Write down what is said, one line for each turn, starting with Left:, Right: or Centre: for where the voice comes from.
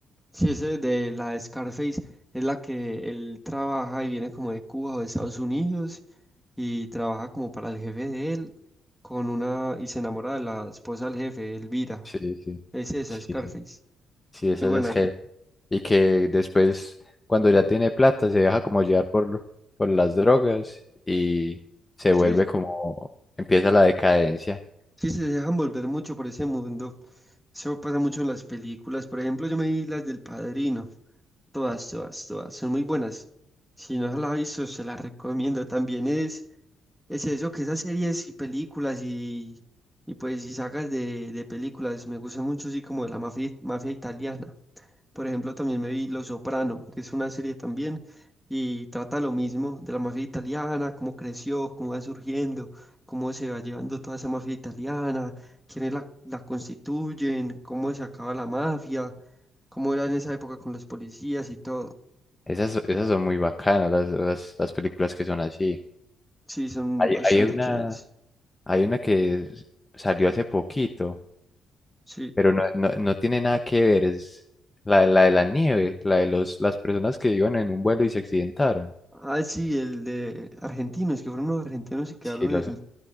Centre: Si ese de la de Scarface es la que él trabaja y viene como de Cuba o de Estados Unidos y trabaja como para el jefe de él con una y se enamora de la esposa del jefe, Elvira.
Left: Sí, sí,
Centre: Es esa,
Left: sí,
Centre: Scarface.
Left: sí, sí, esas
Centre: Muy buena.
Left: es que, y que después cuando ya tiene plata se deja como llevar por, por las drogas y se
Centre: Sí,
Left: vuelve como, empieza la decadencia.
Centre: Sí, se dejan volver mucho por ese mundo. Eso pasa mucho en las películas. Por ejemplo, yo me vi las del Padrino. Todas, todas, todas. Son muy buenas. Si no se las ha visto, se las recomiendo. También es, es eso, que esas series y películas y, y pues y sagas de, de películas me gustan mucho, así como de la mafia, mafia italiana. Por ejemplo, también me vi los Soprano, que es una serie también y trata lo mismo de la mafia italiana, cómo creció, cómo va surgiendo cómo se va llevando toda esa mafia italiana, quiénes la, la constituyen, cómo se acaba la mafia, cómo era en esa época con los policías y todo.
Left: Esas, esas son muy bacanas, las, las, las películas que son así.
Centre: Sí, son
Left: Hay,
Centre: bastante
Left: hay una,
Centre: chéveres.
Left: hay una que s- salió hace poquito,
Centre: Sí.
Left: pero no, no, no tiene nada que ver, es la, la de la nieve, la de los, las personas que iban en un vuelo y se accidentaron.
Centre: Ah, sí, el de argentinos, que fueron los argentinos y quedaron
Left: Sí, los,
Centre: en,